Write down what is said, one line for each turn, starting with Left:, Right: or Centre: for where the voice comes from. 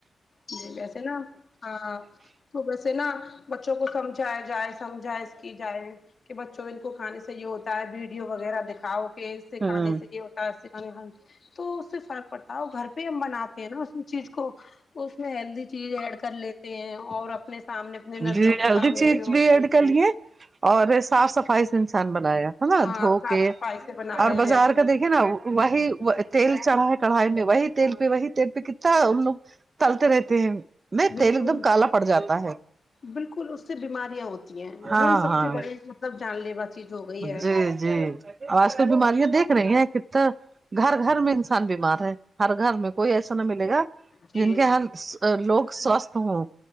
Left: جی ویسے نا ہاں تو ویسے نا بچوں کو سمجھایا جائے سمجھائے اسکی جائے کہ بچوں ان کو کھانے سے یہ ہوتا ہے ویڈیو وغیرہ دکھاؤ کہ اس سے کھانے
Right: ہوں
Left: سے یہ ہوت ہاتھ سے کھانا کھانا تو اس سے فرق پڑتا ہے وہ گھر پہ ہی ہم بناتے ہیں نا اس چیز کو اس میں ہیلدی چیز ایڈ کر لیتے ہیں اور اپنے سامنے اپنے نظروں
Right: جی
Left: کے
Right: ہیلدی
Left: سامنے
Right: چیز
Left: جو
Right: بھی ایڈ کر لیے اور یہ صاف صفائی سے انسان بنایا ہے نا
Left: ہاں
Right: دھو
Left: صاف
Right: کے
Left: صفائی سے بنا
Right: اور
Left: رہے
Right: بازار
Left: ہیں
Right: کا دیکھیے نا وہی وہ تیل چڑھا ہے کڑھائی میں وہی تیل پہ وہی تیل پہ کتتا ان لوگ تلتے رہتے ہیں وہ
Left: بالکل
Right: تیل ایک دم کالا پڑ جاتا ہے
Left: بالکل اس سے بیماریاں ہوتی ہیں
Right: ہاں
Left: وہی سب
Right: ہاں
Left: سے بڑی مطلب جان لیوا چیز ہو گئی ہے
Right: جی جی آج کل بیماریاں دیکھ رہے ہیں کتے گھر گھر میں انسان بیمار ہے ہر گھر میں کوئی ایسا نہ ملے گا
Left: جی
Right: جن کے ہر لوگ سوستھ ہو